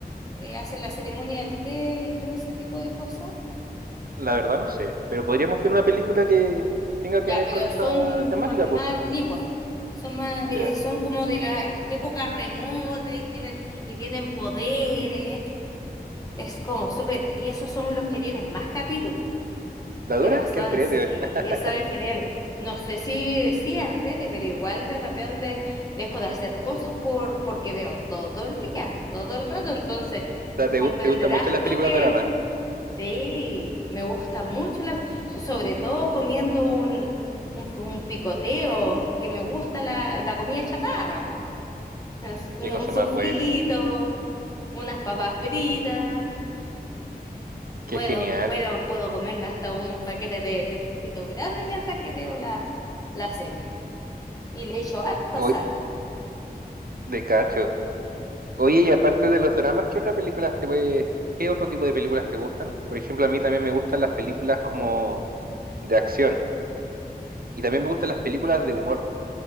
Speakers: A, on the left (about 20°); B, on the right (about 65°).
A: eh, hacen la ceremonia del té y todo ese tipo de cosas?
B: la verdad no sé, pero podríamos ver una película que tenga que
A: Ya,
B: ver
A: pero
B: con esa
A: son
B: temática,
A: más,
B: pues.
A: más antiguas. Son más, eh,
B: Ya.
A: son como de la época remota y tienen, y tienen poderes. Es como súper, y esos son los que tienen más capítulos,
B: La
A: pero
B: dura, que
A: son,
B: entrete.
A: sí,
B: <laughs>
A: eso es genial. No sé si, si entrete, pero igual de repente dejo de hacer cosas por, porque veo todo el día, todo el rato, entonces
B: O sea,
A: comprenderás
B: te, gu- te gustan mucho las
A: tú
B: películas
A: que
B: dramas.
A: sí, me gusta mucho, la, so- sobre todo comiendo un, un, un picoteo, que me gusta la, la comida chatarra, po. Es Un,
B: Qué cosa
A: un suflito,
B: más buena.
A: unas papas fritas.
B: Qué
A: Puedo,
B: genial.
A: puedo, puedo comerme hasta un paquete de escrito grande mientras que veo la, la serie. Y le echo harta
B: Hoy,
A: sal.
B: de cacho. Oye, y aparte de los dramas, ¿qué otras películas te puede- qué otro tipo de películas te gustan? Por ejemplo, a mí también me gustan las películas como de acción. Y también me gustan las películas de humor.